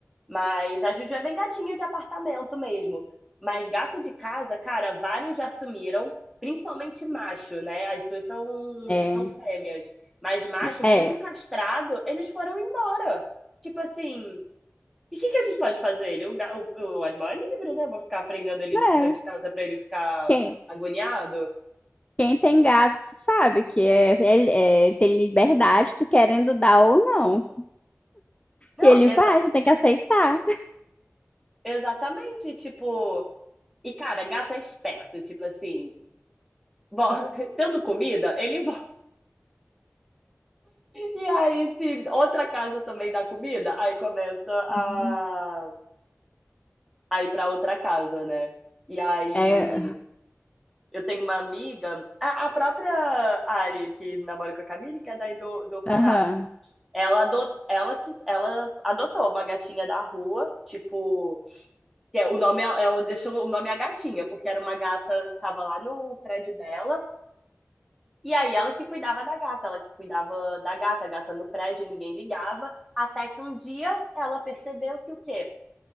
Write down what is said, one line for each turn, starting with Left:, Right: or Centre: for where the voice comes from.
Centre: Mas a Juju é bem gatinha de apartamento mesmo. Mas gato de casa, cara, vários já sumiram, principalmente macho, né? As suas são,
Left: É,
Centre: são fêmeas. Mas macho,
Left: é,
Centre: mesmo castrado, eles foram embora. Tipo assim, e o que, que a gente pode fazer? Ele, o, ga- o, o animal é livre, né? Vou ficar prendendo ele
Left: né?
Centre: de, de casa pra ele ficar
Left: Quem,
Centre: agoniado?
Left: quem tem gato sabe que é, ele, é, ele tem liberdade, tu querendo dar ou não.
Centre: Não,
Left: E ele
Centre: exa
Left: vai, tu tem que aceitar.
Centre: exatamente. Tipo, e cara, gato é esperto. Tipo assim, bom, <laughs> tendo comida, ele E aí, se outra casa também dá comida, aí começa a,
Left: Uhum.
Centre: a ir para outra casa, né? E aí,
Left: É,
Centre: eu tenho uma amiga, a, a própria Ari, que namora com a Camille, que é daí do, do Pará.
Left: aham,
Centre: Ela, adot, ela, que, ela adotou uma gatinha da rua, tipo, que é, o nome, ela deixou o nome a gatinha, porque era uma gata que tava lá no prédio dela, E aí ela que cuidava da gata, ela que cuidava da gata, a gata no prédio, ninguém ligava, até que um dia ela percebeu que o quê?